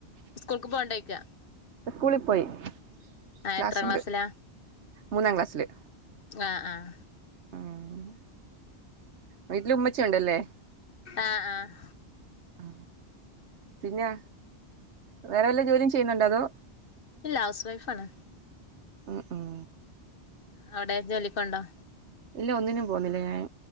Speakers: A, on the left; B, on the right.
A: സ്കൂൾക്ക് പോവ്ണ്ടോ? യിക്ക
B: സ്കൂളി പോയി ക്ലാസ്സ്ണ്ട്
A: എത്രാം ക്ലാസ്സിലാ
B: മൂന്നാം ക്ലാസ്സില്
A: ആഹ് ആഹ
B: ഉം വീട്ടില് ഉമ്മച്യ്‌ണ്ട് ല്ലേ?
A: ആഹ് ആഹ
B: ആ പിന്നെ വേറെ വല്ല ജോലിയും ചെയ്യുന്നുണ്ടോ അതോ?
A: ഇല്ല ഹൗസ് വൈഫ ആണ്.
B: ഉം ഉം
A: അവിടെ ജോലിക്കൊണ്ടോ?
B: ഇല്ല ഒന്നിനും പോന്നില്ല ഞാൻ